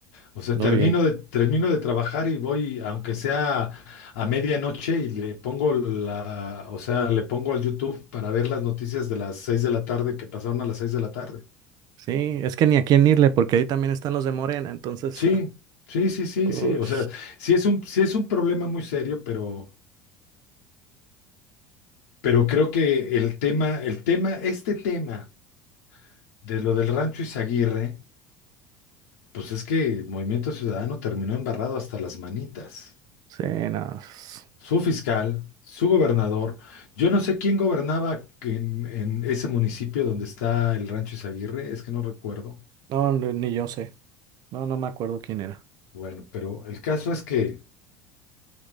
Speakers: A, on the left (about 75°); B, on the right (about 50°).
A: O sea,
B: Muy
A: termino
B: bien.
A: de, termino de trabajar y voy, aunque sea a medianoche, y le pongo la, o sea, le pongo al YouTube para ver las noticias de las seis de la tarde que pasaron a las seis de la tarde.
B: Sí, es que ni a quién irle, porque ahí también están los de Morena, entonces.
A: Sí, sí, sí, sí,
B: <laughs>
A: sí. O
B: Uy,
A: sea, sí es un, sí es un problema muy serio, pero Pero creo que el tema, el tema, este tema de lo del Rancho Izaguirre, pues es que Movimiento Ciudadano terminó embarrado hasta las manitas.
B: sí, no, s-
A: Su fiscal, su gobernador, yo no sé quién gobernaba en, en ese municipio donde está el Rancho Izaguirre, es que no recuerdo.
B: no, ni ni yo sé. No, no me acuerdo quién era.
A: Bueno, pero el caso es que